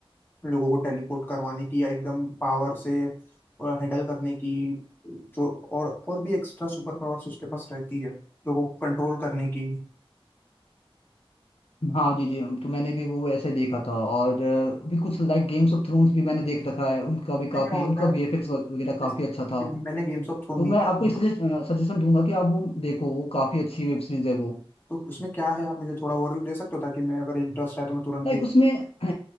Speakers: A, on the left (about 20°); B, on the left (about 75°).
A: लोगों को टेलीपोर्ट करवाने की या एकदम पावर से हैंडल करने की जो और और भी एक्स्ट्रा सुपर पावर्स उसके पास रहती है लोगों को कंट्रोल करने की
B: हाँ जी जी तो मैंने भी वो ऐसे देखा था और अ, भी कुछ लाइक गेम्स ऑफ थ्रोन्स भी मैंने देख रखा है उनका भी
A: उसमें
B: काफ़ी
A: क्या होता
B: उनका वीएफएक्स वगैरह
A: है
B: काफ़ी अच्छा था
A: मैंने गेम्स ऑफ थ्रोन
B: तो
A: नहीं
B: मैं
A: देखा
B: आपको सजेस्ट सजेशन दूंगा कि आप वो देखो वो काफ़ी अच्छी वेब सीरीज है वो
A: तो उसमें क्या है आप मुझे थोड़ा ओवरव्यू दे सकते हो ताकि मैं अगर इंटरेस्ट है तो मैं तुरंत
B: लाइक उसमें अ,